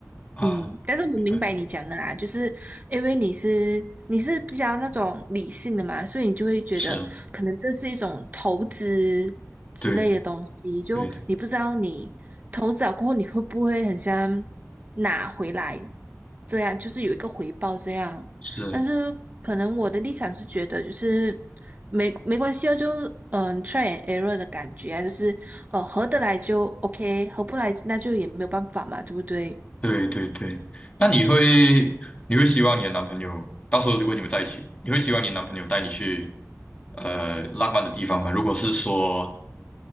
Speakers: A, on the left; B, on the right.
A: 啊，
B: 嗯，但是我明白你讲的啦，
A: 明白，
B: 就是因为你是你是比较那种理性的嘛，所以你就会觉得可能这是一种投资之类的东西，
A: 是，对
B: 就你不知道你投资了过后你会不会很像拿回来，
A: 对对，
B: 这样就是有一个回报这样。
A: 是，
B: 但是可能我的立场是觉得就是没没关系啊，就嗯 try and error 的感觉啊，就是呃合得来就 OK，合不来那就也没有办法嘛，对不对？
A: 对对对。那你会你会希望你的男朋友到时候如果你们在一起，你会希望你的男朋友带你去呃浪漫的地方吗？如果是说，